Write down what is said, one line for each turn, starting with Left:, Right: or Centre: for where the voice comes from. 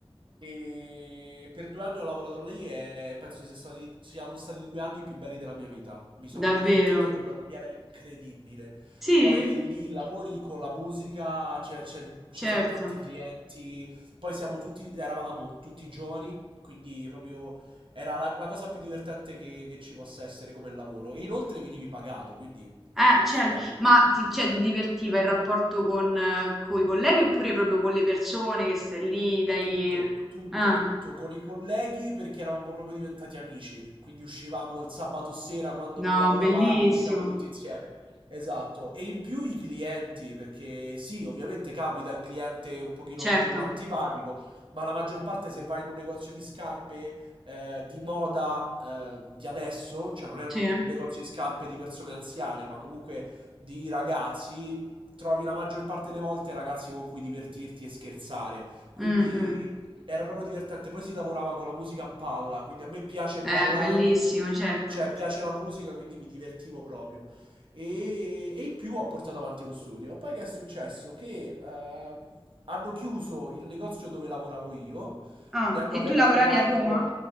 Right: E per due anni ho lavorato lì e penso sia stati- siano stati i due anni più belli della mia vita. Mi sono
Centre: Davvero?
Right: divertito in una maniera incredibile.
Centre: Sì,
Right: Poi lì lavori con la musica, c'è- c'è- ci
Centre: certo.
Right: sono tanti clienti, poi siamo tutti, eravamo tutti giovani, quindi proprio era la, la cosa più divertente che, che ci possa essere come lavoro. E inoltre venivi pagato, quindi
Centre: Eh,
Right: stupendo.
Centre: certo. Ma ti, cioè, ti divertiva il rapporto con, i colleghi oppure proprio con le persone che stai lì, dai...
Right: Tutto, tutto,
Centre: Ah,
Right: tutto con i colleghi perché eravamo proprio diventati amici, quindi uscivamo il sabato sera quando non
Centre: no,
Right: lavoravamo,
Centre: bellissimo.
Right: uscivamo tutti insieme. Esatto, e in più i clienti, perché sì, ovviamente capita il cliente un pochino
Centre: Certo.
Right: più antipatico, ma la maggior parte se vai in un negozio di scarpe eh, di moda eh, di adesso, cioè non è un
Centre: Sì.
Right: negozio di scarpe di persone anziane, ma comunque di ragazzi, trovi la maggior parte delle volte ragazzi con cui divertirti e scherzare. Quindi
Centre: Mm, mm.
Right: era proprio divertente. Poi si lavorava con la musica a palla, quindi a me piace ballare,
Centre: Eh, bellissimo, certo.
Right: cioè piace la musica, quindi mi divertivo proprio. E, e in più ho portato avanti lo studio. Poi che è successo? Che eh, hanno chiuso il negozio dove lavoravo io,
Centre: Ah,
Right: ne hanno
Centre: e
Right: aperto
Centre: tu lavoravi
Right: un altro
Centre: a Roma?